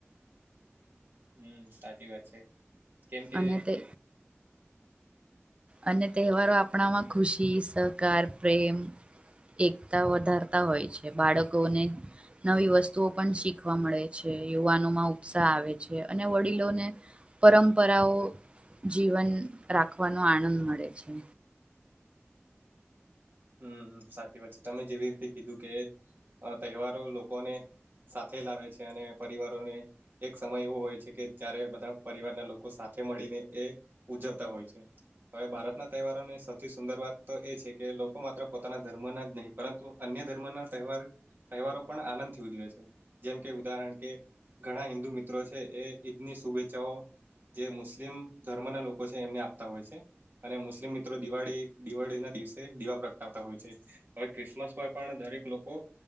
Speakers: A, on the right; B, on the right.
A: હમ સાચી વાત છે કેમ કે
B: અને તે અને તહેવારો આપણામાં ખુશી સહકાર પ્રેમ એકતા વધારતા હોય છે બાળકોને નવી વસ્તુઓ પણ શીખવા મળે છે યુવાનો માં ઉત્સાહ આવે છે અને વડીલોને પરંપરાઓ જીવન રાખવાનો આનંદ મળે છે
A: હમ સાચી વાત છે તમે જેવી રીતે કીધું કેઅ તહેવારો લોકોને સાથે લાવે છે અને પરિવારોને એક સમય એવો હોય છે કે જારે બધા પરિવારના લોકો સાથે મળીને એ ઉજવતા હોય છે હવે ભારતના તહેવારોની સૌથી સુંદર વાત તો એ છે કે માત્ર પોતાના ધર્મના જ નહીં પરંતુ અન્ય ધર્મના તહેવાર તહેવારો પણ આનંદથી ઉજવે છે જેમ કે ઉદાહરણ કે ઘણા હિન્દુ મિત્રો છે એ ઈદની શુભેચ્છાઓ જે મુસ્લિમ ધર્મ ના લોકો છે તેમને આપતા હોય છે અને મુસ્લિમ મિત્રો દિવાળી દિવાળી ના દિવસે દિવા પ્ર હોય છે હવે ક્રિસમસ પર પણ દરેક લોકો